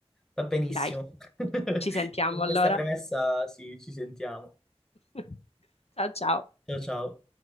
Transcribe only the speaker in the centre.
va benissimo.
<laughs>
Con questa
premessa sì, ci sentiamo.
Ciao ciao.